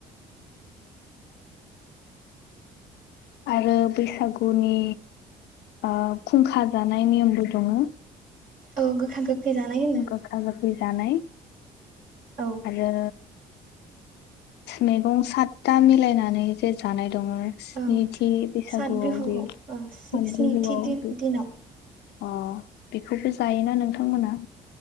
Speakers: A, on the left; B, on the right.
A: आरो बैसागोनि खुंखा जानाय नियमबो दंङो
B: औ गोखा गोखै जानाय होनो
A: गोखा गोखै जानाय
B: औ
A: आरो मैगं सादथा मिलायनानै जे जानाय दंङो नैथि
B: ओं
A: बैसागुआव
B: सात बिहुआव
A: बे <unintelligible>
B: स्निथि दिन
A: बे
B: दिनाव
A: अ बेखौबो जायोना नोंथांमोना